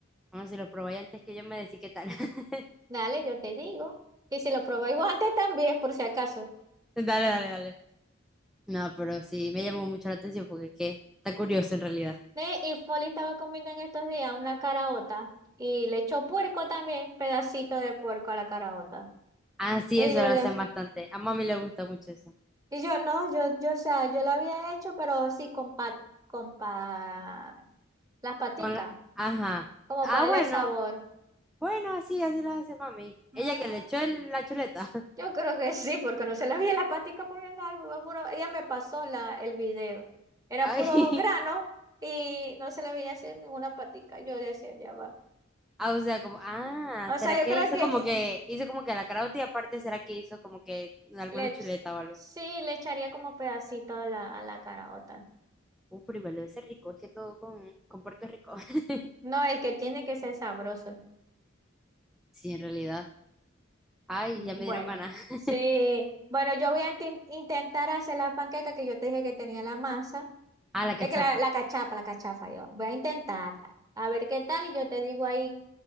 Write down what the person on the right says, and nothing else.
Dale, yo te digo. Y si lo probáis vos antes también, por si acaso.
Ne, Y Foli estaba comiendo en estos días una caraota y le echó puerco también, pedacito de puerco a la caraota.
Y
yo,
Dios
Y yo, no, yo, yo, o sea, yo lo había hecho, pero sí con pa, con pa- las paticas,
como
para
darle sabor.
Ah,
yo creo que sí, porque no se la vi la patica poniendo algo, fue puro- ella me pasó la, el video. Era
puro grano y no se le veía hacer ninguna patica. Yo decía, ya va.
O
sea, yo
creo
que
ella-
le, ech-
sí le echaría como pedacito a la, a la caraota.
No, es que tiene que ser sabroso.
Bueno,
sí. Bueno, yo voy a inten- intentar hacer la panqueca que yo te dije que tenía la masa.
Es que la, la cachapa, la cachafa, yo. Voy a intentarla. A ver qué tal y yo te digo ahí